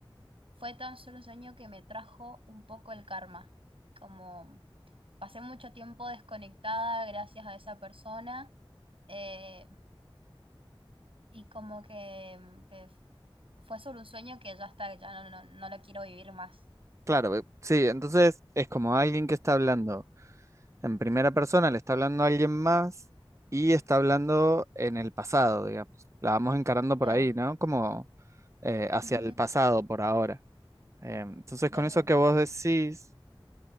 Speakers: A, on the right; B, on the right.
A: fue tan solo un sueño que me trajo un poco el karma. Como pasé mucho tiempo desconectada gracias a esa persona eh, y como que, mm, que fue solo un sueño que ya está, ya no, no, no lo quiero vivir más.
B: Claro, eh, sí, entonces es como alguien que está hablando. En primera persona le está hablando a alguien más y está hablando en el pasado, digamos. La vamos encarando
A: Claro.
B: por ahí, ¿no? Como eh, hacia
A: Ujú,
B: el pasado por ahora. Em, entonces, con
A: Desde,
B: eso que vos decís,